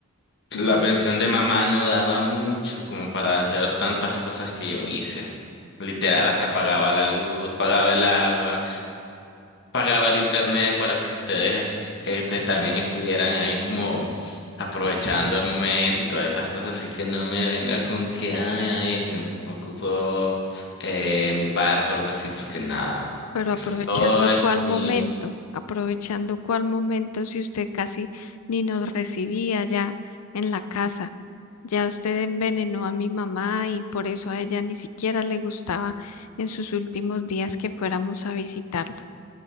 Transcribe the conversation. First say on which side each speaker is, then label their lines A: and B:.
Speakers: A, on the left; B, on the left.
A: No,
B: la pensión de mamá no daba mucho como para hacer tantas cosas que yo hice. Literal, hasta pagaba la luz, pagaba el agua, pagaba el internet para que ustedes este, también estuvieran ahí como aprovechando el momento y todas esas cosas. Así que no me venga con que, ay, ay, que ocupo eh, mi parto o algo así, porque nada,
A: Pero aprovechando
B: eso es todo es
A: cuál momento,
B: mío.
A: aprovechando cuál momento si usted casi ni nos recibía ya en la casa. Ya usted envenenó a mi mamá y por eso a ella ni siquiera le gustaba en sus últimos días que fuéramos a visitarla.